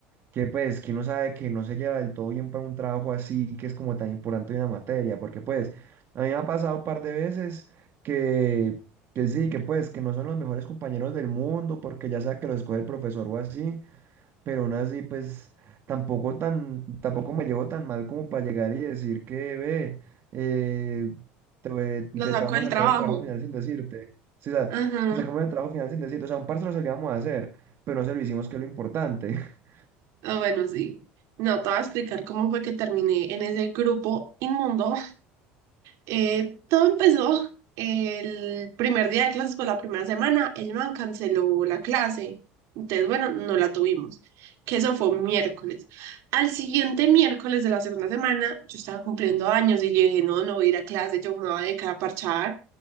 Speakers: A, on the right; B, on the right.
A: que pues, que uno sabe que no se lleva del todo bien para un trabajo así, que es como tan importante una materia? Porque, pues, a mí me ha pasado un par de veces que, que sí, que pues, que no son los mejores compañeros del mundo, porque ya sea que lo escoge el profesor o así pero aún así, pues tampoco tan, tampoco me llevo tan mal como para llegar y decir que, ve, eh, te, ve-
B: Los
A: te,
B: saco
A: te vamos
B: del
A: a
B: trabajo.
A: sacar el trabajo final sin decirte. Sí, O sea,
B: Ajá.
A: te sacamos el trabajo final sin decirte. O sea, un parcero se lo íbamos a hacer, pero no se lo hicimos, que es lo importante. <laughs>
B: Ah, bueno, sí. No, te voy a explicar cómo fue que terminé en ese grupo inmundo Eh, todo empezó el primer día de clases, pues la primera semana, el man canceló la clase. Entonces, bueno, no la tuvimos, que eso fue un miércoles. Al siguiente miércoles de la segunda semana, yo estaba cumpliendo años y yo dije, no, no voy a ir a clase, yo me voy a dedicar a parchar.